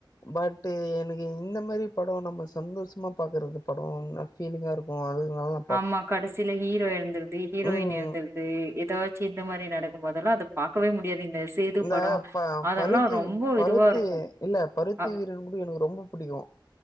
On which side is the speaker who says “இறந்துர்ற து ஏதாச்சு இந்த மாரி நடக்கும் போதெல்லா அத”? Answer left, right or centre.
Right